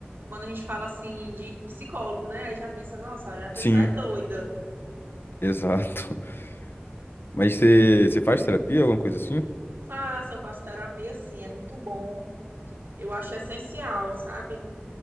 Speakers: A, on the right (about 55°); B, on the left (about 60°).
A: quando a gente fala assim de psicólogo, né? Aí já pensa, nossa, a pessoa
B: sim,
A: é doida.
B: exato. <laughs> Mas você você faz terapia, alguma coisa assim?
A: Faça, eu faço terapia sim, é muito bom. Eu acho essencial, sabe?